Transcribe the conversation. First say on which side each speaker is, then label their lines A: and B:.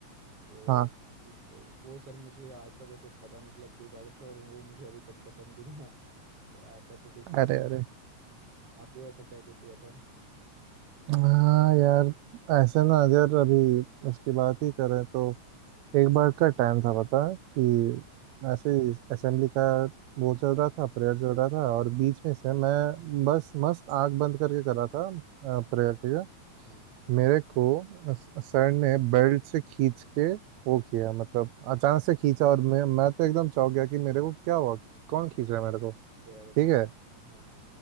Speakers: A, on the right; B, on the right.
A: तो
B: हाँ
A: ये- तो वो सर मुझे आज तक वैसे पता नहीं चला क्यों डांटे थे और वो मुझे अभी तक पसंद भी नहीं आया तो ऐसा तो कुछ था।
B: अरे अरे
A: आपको ऐसा क्या कुछ हुआ था
B: हाँ यार ऐसे ना यार अभी उसकी बात ही करें तो एक बार का टाइम था पता है, कि ऐसे ही असेंबली का वो चल रहा था प्रेयर चल रहा था और बीच में से मैं बस मस्त आंख बंद करके कर रहा था प्रेयर ठीक है
A: हम्म
B: मेरे को अस- सर ने बेल्ट से खींच के वो किया मतलब अचानक से खींचा और मैं मैं तो एकदम चौंक गया कि मेरे को क्या हुआ कौन खींच रहा है मेरे को
A: यार ऐसा
B: ठीक
A: तो
B: है
A: हाँ